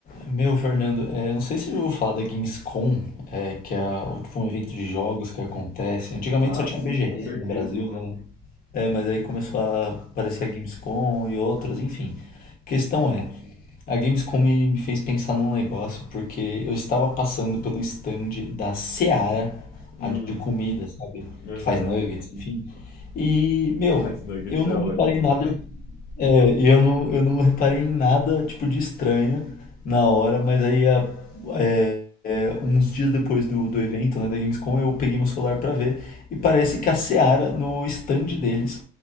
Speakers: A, on the left; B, on the left.
A: Meu, Fernando, é, não sei se você já falar da Gamescom, é, que é o- tipo, um evento de jogos que acontece. Antigamente
B: Ah,
A: só tinha
B: sim,
A: BGS
B: com certeza.
A: no Brasil, né? É, mas aí começou a aparecer a Gamescom e outras, enfim. Questão é, a Gamescom me, me fez pensar num negócio, porque eu estava passando pelo stand da Seara,
B: Hum,
A: a de comida, sabe?
B: aham.
A: Que faz nuggets, enfim. E, meu,
B: Mas nuggets
A: eu
B: é
A: não
B: ótimo,
A: reparei nada
B: né?
A: é, e eu não, eu não reparei em nada, tipo, de estranho na hora, mas aí, a- é, é, uns dias depois do, do evento, né, da Gamescom, eu peguei meu celular pra ver e parece que a Seara, no stand deles,